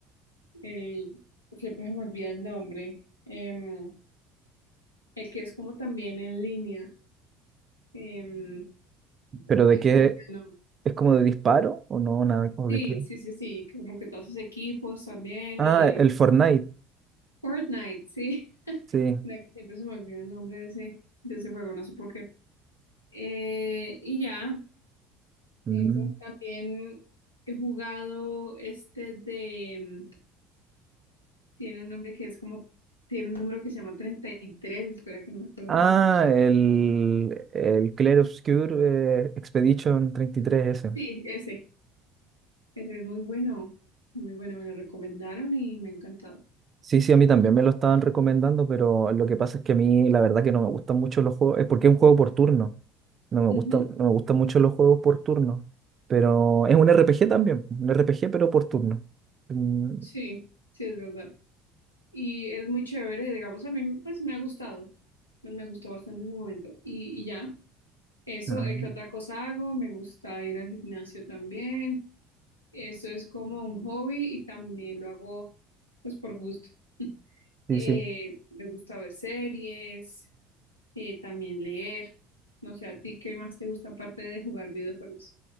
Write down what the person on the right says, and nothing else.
¿Pero de
qué?
¿Es como de disparo o no? Nada, ¿o
de qué?
Ah,
el Fortnite,
sí.
Mm.
Ah,
el, el Clair Obscur eh, Expedition treinta y tres s
Sí, sí, a mí también me lo estaban recomendando, pero lo que pasa es que a mí la verdad que no me gustan mucho los juegos, es porque es un juego por turno. No me
gusta, no me gustan mucho los juegos por turno. Pero es un RPG también. Un RPG, pero por turno. Mm,
ah,
Sí,
sí.